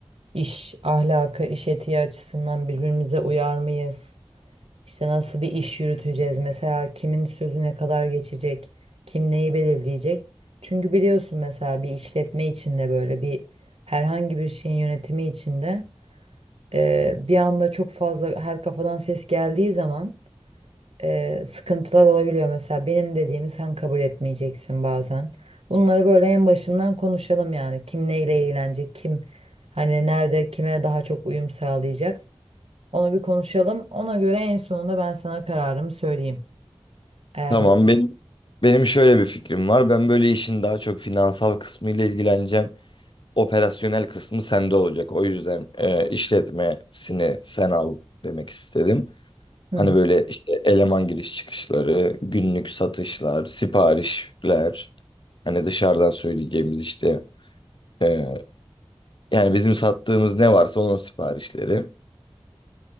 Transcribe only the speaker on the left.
Tamam
benim benim şöyle bir fikrim var. Ben böyle işin daha çok finansal kısmıyla ilgileneceğim. operasyonel kısmı sende olacak. O yüzden e, işletmesini sen al demek istedim.
Hani
böyle işte eleman giriş çıkışları, günlük satışlar, siparişler, hani dışarıdan söyleyeceğimiz işte e, yani bizim sattığımız ne varsa onun siparişleri.